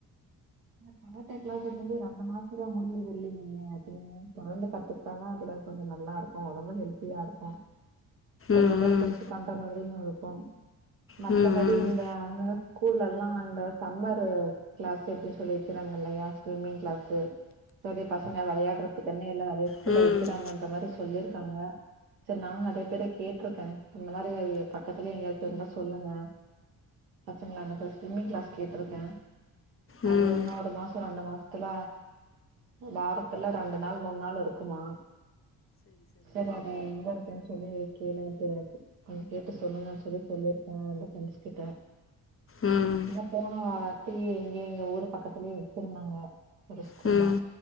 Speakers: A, on the right; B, on the left.
A: கராத்தே கிளாஸ் ரெண்டு மாசத்ல முடியறது இல்லங்கே அப்டின்னு தொடர்ந்து கத்துக்கிட்டாதா அதுல கொஞ்சம் நல்லா இருக்கும் உடம்ப ஹெல்த்தியா இருக்கும் ஒரு
B: ம்
A: உடற்பயிற்சி
B: ம்
A: பண்ற மாதிரியும் இருக்கும் மத்தபடி
B: ம்
A: இல்ல
B: ம்
A: அங்க ஸ்கூல்லலா ஆண்டோ சம்மரு கிளாஸ் எப்டின்னு சொல்லிறாங்க இல்லையா ஸ்விம்மிங் கிளாஸ் பெரிய பசங்க வெளையாடுறதுக்குன்னே இல்ல வேற ஸ்கூல்
B: ம்
A: வைக்கிறாங்க அந்த மாரி சொல்லிருக் காங்க செரி நாங்க அத எப்டி கேட்டிருக்கே இந்த மாரி பக்கத்திலே எங்கயாசு இருந்தா சொல்லுங்க பசங்கள அனுப்ப ஸ்விம்மிங் கிளாஸ் கேட்ருக்கே
B: ம்
A: அது வேணா ஒரு மாசோ ரெண்டு மாசோ த்துல வாரத்துல ரெண்டு நாள் மூணு நாள் இருக்குமா செரி அது எங்க இருக்கு சொல் சொல்லி கேள்வி படாது கொஞ்ச கேட்டு சொல்லுங்க சொல்லி சொல்லியிருக்கேன் ரெண்டு ப்ரெண்ட்ஸ் கிட்ட
B: உம்
A: எங்க பொண்ணும் அப்டியே எங்க எங்க ஊரு பக்கத்திலயே வச்சிருந்தாங்க ஒரு ஸ்கூல்ல
B: ம்